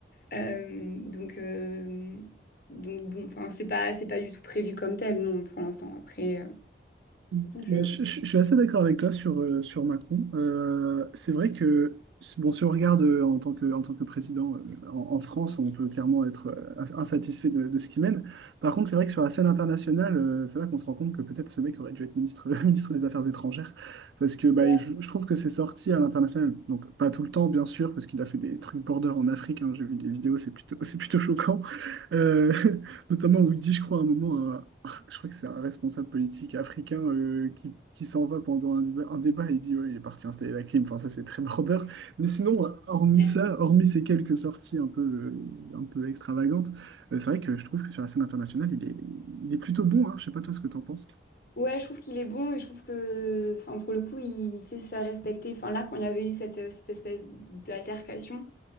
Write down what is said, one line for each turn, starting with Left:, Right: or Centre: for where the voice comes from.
Left: Euh, donc, euh, donc bon, enfin, c'est pas, c'est pas du tout prévu comme tel, non, pour l'instant. Après, euh,
Right: Mm.
Left: je...
Right: Ouais, Je, je- je suis assez d'accord avec toi sur, euh, sur Macron. Euh, c'est vrai que, bon, si on regarde euh, en tant que, en tant que président euh, en, en France, on peut clairement être euh, ins- insatisfait de, de ce qu'il mène. Par contre, c'est vrai que sur la scène internationale, euh, c'est là qu'on se rend compte que peut-être ce mec aurait dû être ministre, <laughs> ministre des Affaires étrangères. Parce que bah,
Left: Ouais,
Right: je, je trouve que c'est sorti à l'international. Donc, pas tout le temps, bien sûr, parce qu'il a fait des trucs border en Afrique. hein. j'ai vu des vidéos, c'est plutôt, <laughs> c'est plutôt choquant. Euh, Notamment où il dit, je crois, à un moment, un- <laughs> je crois que c'est un responsable politique africain euh, qui, qui s'en va pendant un débat, un débat et il dit, ouais, il est parti installer la clim. Enfin, ça, c'est très <laughs> border. Mais sinon, hormis
Left: bref.
Right: ça, hormis ces quelques sorties un peu, euh, un peu extravagantes, euh, c'est vrai que je trouve que sur la scène internationale, il est, il est plutôt bon. Hein. Je sais pas toi ce que t'en penses.
Left: Ouais, je trouve qu'il est bon et je trouve que, enfin, pour le coup, il sait se faire respecter. Enfin, là, quand il y avait eu cette, euh, cette espèce d'altercation,